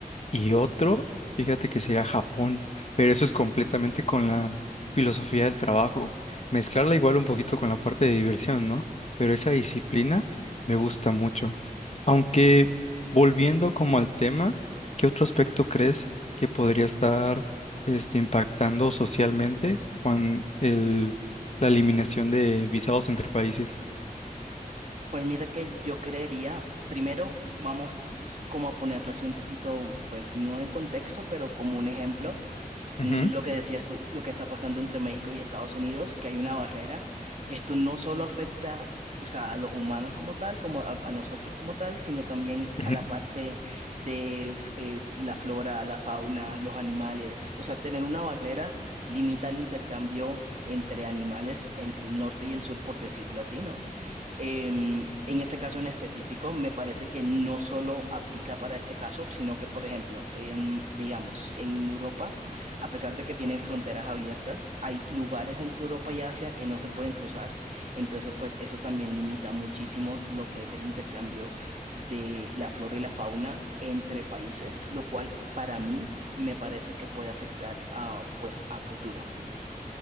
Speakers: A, on the left; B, on the right.
A: Y otro, fíjate que sería Japón, pero eso es completamente con la filosofía de trabajo. Mezclarla igual un poquito con la parte de diversión, ¿no? Pero esa disciplina me gusta mucho. Aunque volviendo como al tema, ¿qué otro aspecto crees que podría estar este, impactando socialmente con el, la eliminación de visados entre países?
B: Pues mira que yo creería, primero vamos como a ponerlo así un poquito, pues no en contexto, pero como un ejemplo mm,
A: Ujú,
B: lo que decías tú, lo que está pasando entre México y Estados Unidos, que hay una barrera. Esto no solo afecta, o sea, a los humanos como tal, como a, a nosotros como tal, sino también
A: ujú.
B: a la parte de f- eh, la flora, la fauna, los animales. O sea, tener una barrera limita el intercambio entre animales, entre el norte y el sur, por decirlo así, ¿no? Em, en ese caso en específico, me parece que no solo aplica para este caso, sino que, por ejemplo, em, digamos, en Europa, a pesar de que tienen fronteras abiertas, hay lugares entre Europa y Asia que no se pueden cruzar. Entonces, pues eso también limita muchísimo lo que es el intercambio de la flora y la fauna entre países, lo cual para mí me parece que puede afectar a, pues, a futuro.